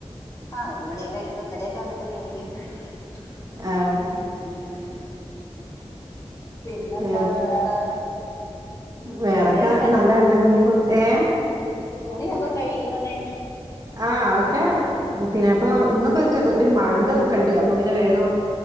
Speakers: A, on the left; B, on the right.
A: ആ ഒരു മണിയൊക്കെ കഴിയുമ്പോ ഒന്നരയൊക്കെ ആകുമ്പത്തേ കഴിക്കും. <inaudible>
B: ആ
A: <unintelligible> പിന്നെന്താണ്
B: വേറെന്ത്‌
A: വേറെ
B: വേറെക്കെ
A: തുണിയൊക്കെ
B: നല്ലേന്നെ ഇനിപ്പോ ഏ
A: തുണി ഒക്കെ കഴുകിയോന്നെ?
B: ആ ക്കെ പിന്നെ ഇപ്പം ഇന്നൊക്കെ ചെറു ഒരു മഴൻ്റെതൊക്കെ ഉണ്ട് അപ്പൊ പിന്നെ വേഗം